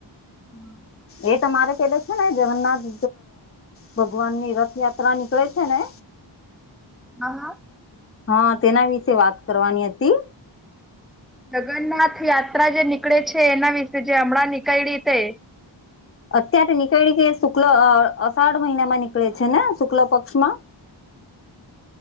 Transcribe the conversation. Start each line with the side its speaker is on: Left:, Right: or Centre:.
Centre: <inaudible>
Left: એ તમારે પેલે છે ને જગન્નાથ ભગવાનની રથયાત્રા નીકળે છે ને
Centre: હા હા.
Left: હા તેના વિશે વાત કરવાની હતી.
Centre: જગન્નાથ યાત્રા જે નીકળે છે એના વિશે જે હમણાં નીકઈળી તે
Left: અત્યારે નીકઈળી કે શુક્લ અ અષાઢ મહિનામાં નીકળે છે ને શુક્લ પક્ષમાં.